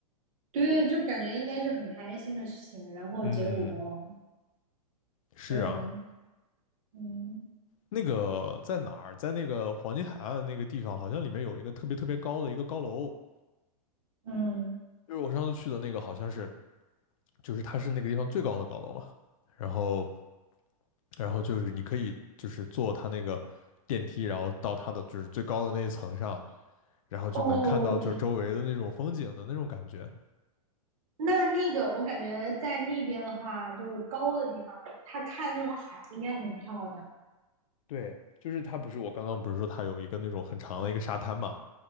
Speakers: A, on the right; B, on the left.
A: 对，就感觉应该是很开心的事情，然后结果
B: 嗯，是啊，
A: 对，嗯
B: 那个在哪儿，在那个黄金海岸那个地方，好像里面有一个特别特别高的一个高楼，
A: 嗯，
B: 就是我上次去的那个，好像是就是它是那个地方最高的高楼嘛。然后然后就是你可以就是坐它那个电梯，然后到它的就是最高的那一层上，然后就能看到就是周围的那种风景的那种感觉。
A: 哦，那那个我感觉在那边的话，就是高的地方，他看那种海应该很漂亮。
B: 对，就是它不是我刚刚不是说它有一个那种很长的一个沙滩嘛，